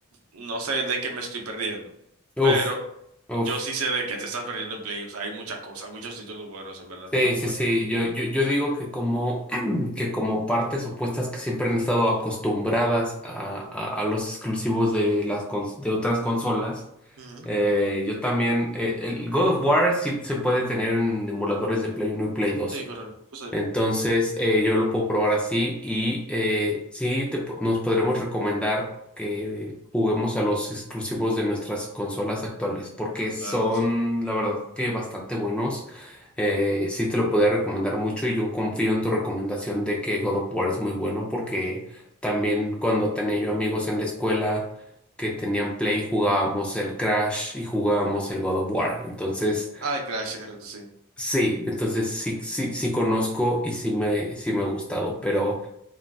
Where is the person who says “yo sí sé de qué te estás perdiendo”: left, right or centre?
Right